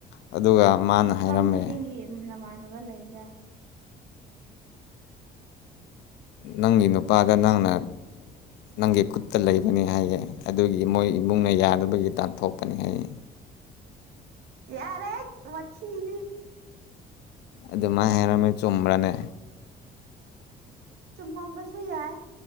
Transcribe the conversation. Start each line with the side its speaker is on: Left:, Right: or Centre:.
Left: ꯑꯗꯨꯒ ꯃꯥꯅ
Right: ꯃꯐꯝ
Left: ꯍꯥꯏꯔꯝꯃꯦ
Right: ꯈꯨꯗꯤꯡꯒꯤ ꯅꯃꯥꯟꯅꯕ ꯂꯩꯔ꯫
Left: ꯅꯪꯒꯤ ꯅꯨꯄꯥꯗ ꯅꯪꯅ ꯅꯪꯒꯤ ꯈꯨꯠꯇ ꯂꯩꯕꯅꯤ ꯍꯥꯏꯌꯦ ꯑꯗꯨꯒꯤ ꯃꯣꯏ ꯏꯃꯨꯡꯅ ꯌꯥꯗꯕꯒꯤ ꯇꯥꯟꯊꯣꯛꯄꯅꯤ ꯍꯥꯏꯌꯦ
Right: ꯌꯥꯔꯦ ꯃꯊꯤꯗꯤ
Left: ꯑꯗꯨꯃꯥꯏ ꯍꯥꯏꯔꯝꯃꯦ ꯆꯨꯝꯕ꯭ꯔꯅꯦ꯫
Right: ꯆꯨꯝꯃꯝꯕꯁꯨ ꯌꯥꯏ